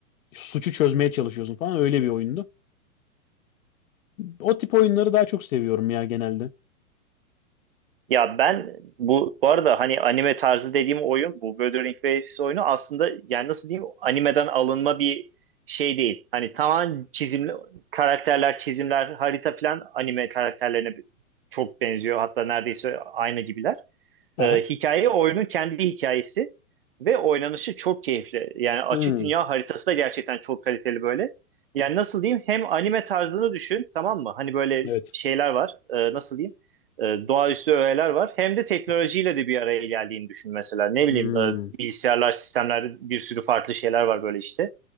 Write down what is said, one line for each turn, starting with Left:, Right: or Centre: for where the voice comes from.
Left: suçu çözmeye çalışıyorsun falan öyle bir oyundu. O tip oyunları daha çok seviyorum ya genelde.
Right: Ya ben bu bu arada hani anime tarzı dediğim oyun bu Wuthering Waves oyunu aslında yani nasıl diyeyim animeden alınma bir şey değil. Hani tamamen çizimli karakterler, çizimler, harita falan anime karakterlerine çok benziyor. Hatta neredeyse aynı gibiler.
Left: Aha.
Right: Ee, hikaye oyunun kendi hikayesi ve oynanışı çok keyifli. Yani açık
Left: Hmm,
Right: dünya haritası da gerçekten çok kaliteli böyle. Yani nasıl diyeyim hem anime tarzını düşün tamam mı? Hani böyle
Left: evet.
Right: şeyler var e, nasıl diyeyim e, doğaüstü öğeler var. Hem de teknolojiyle
Left: Aha.
Right: de bir araya geldiğini düşün mesela. Ne
Left: Hmm,
Right: bileyim e, bilgisayarlar, sistemler bir sürü farklı şeyler var böyle işte.